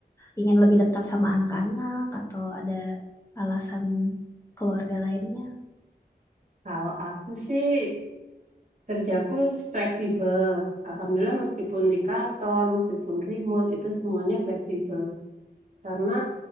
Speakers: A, on the left; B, on the right.
A: ingin lebih dekat sama anak-anak atau ada alasan keluarga lainnya.
B: Kalau aku sih kerjaku fleksibel. Alhamdulillah meskipun di kantor, meskipun remote, itu semuanya fleksibel. Karena